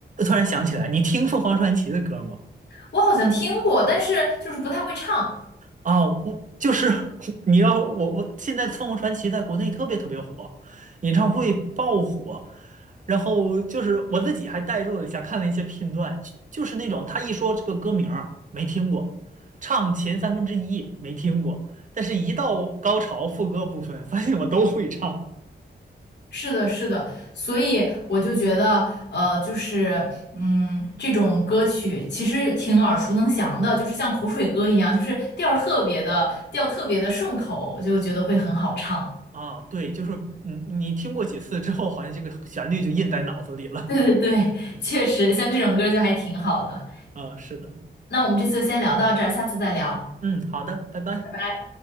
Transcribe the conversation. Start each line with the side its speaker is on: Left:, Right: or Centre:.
Right: 突然想起来，你听凤凰传奇的歌吗？
Left: 我好像听过，但是就是不太会唱。
Right: 啊，我就是 <laughs> 你要我我现在凤凰传奇在国内特别特别火，演唱会爆火，然后就是我自己还代入了一下，看了一些片段，就就是那种他一说这个歌名儿没听过，唱前三分之一没听过，但是一到高潮副歌部分，发现我都会唱
Left: 是的，是的，所以我就觉得，呃，就是，嗯，这种歌曲其实挺耳熟能详的，就是像口水歌一样，就是调儿特别的，调特别的顺口，我就觉得会很好唱。
Right: 啊，对，就是嗯，你听过几次之后，好像这个旋律就印在脑子里了，
Left: <laughs> 对对对，确实，像这种歌就还挺好的。
Right: 啊，是的。
Left: 那我们这次就先聊到这儿，下次再聊，
Right: 嗯，好的，拜拜。
Left: 拜拜。